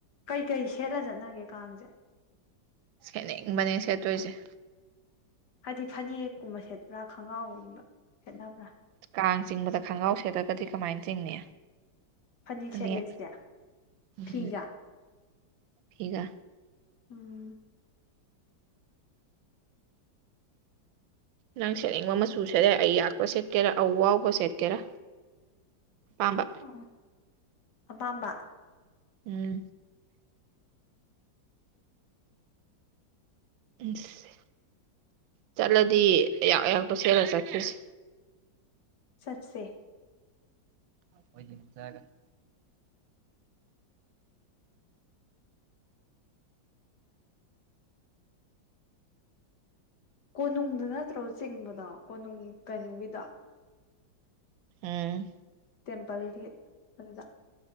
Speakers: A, on the left; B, on the right.
A: ꯀꯩ ꯀꯩ ꯁꯦꯠꯂ ꯆꯠꯅꯒꯦ ꯀꯥꯡꯁꯦ
B: ꯁꯦꯠꯅꯤꯡꯕꯅꯦ ꯁꯦꯠꯇꯣꯏꯁꯦ
A: ꯍꯥꯏꯗꯤ ꯐꯅꯦꯛꯀꯨꯝꯕ ꯁꯦꯠꯄ꯭ꯔꯥ ꯈꯪꯉꯥꯎꯒꯨꯝꯕ ꯁꯦꯠꯅꯕ꯭ꯔꯥ
B: ꯀꯥꯡ ꯆꯤꯡꯕꯗ ꯈꯪꯉꯥꯎ ꯁꯦꯠꯂꯒꯗꯤ ꯀꯃꯥꯏꯅ ꯆꯤꯡꯅꯤ
A: ꯐꯅꯦꯛ
B: ꯐꯅ‌ꯦꯛ
A: ꯁꯦꯠꯂꯦ ꯑꯗꯨꯗꯤ
B: ꯑꯝ
A: ꯐꯤꯒ
B: ꯐꯤꯒ
A: ꯎꯝ
B: ꯅꯪ ꯁꯦꯠꯅꯤꯡꯕ ꯃꯆꯨ ꯁꯦꯠꯌꯥꯏ ꯑꯌꯥꯛꯄ ꯁꯦꯠꯀꯦꯔꯥ ꯑꯋꯥꯎꯕ ꯁꯦꯠꯀꯦꯔꯥ ꯑꯄꯥꯝꯕ
A: ꯑꯣ ꯑꯄꯥꯝꯕ
B: ꯎꯝ ꯏꯪꯁ ꯆꯠꯂꯗꯤ ꯑꯌꯥꯛ ꯑꯌꯥꯛꯄ ꯁꯦꯠꯂ ꯆꯠꯈꯤꯁꯤ
A: ꯁꯠꯁꯦ
B: <unintelligible>
A: ꯀꯣꯅꯨꯡꯗ ꯅꯠꯇ꯭ꯔꯣ ꯆꯤꯡꯕꯗꯣ ꯀꯣꯅꯨꯡ ꯀꯩꯅꯣꯒꯤꯗ‌ꯣ
B: ꯎꯝ
A: ꯇꯦꯝꯄꯜꯗꯤ ꯑꯗꯨꯗ